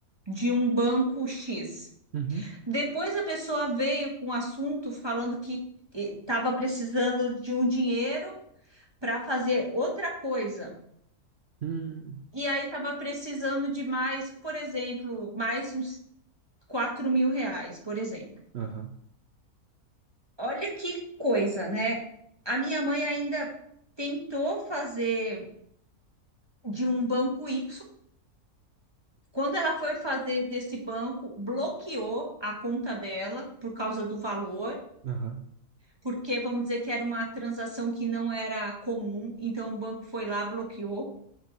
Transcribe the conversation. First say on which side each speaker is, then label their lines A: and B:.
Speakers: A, on the right; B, on the right.
A: de um banco X.
B: Uhum.
A: Depois a pessoa veio com um assunto falando que estava precisando de um dinheiro para fazer outra coisa.
B: Hum.
A: E aí estava precisando de mais, por exemplo, mais uns quatro mil reais, por exemplo.
B: Aham.
A: Olha que coisa, né? A minha mãe ainda tentou fazer de um banco Y. Quando ela foi fazer desse banco, bloqueou a conta dela por causa do valor,
B: Aham.
A: porque vamos dizer que era uma transação que não era comum, então o banco foi lá, bloqueou.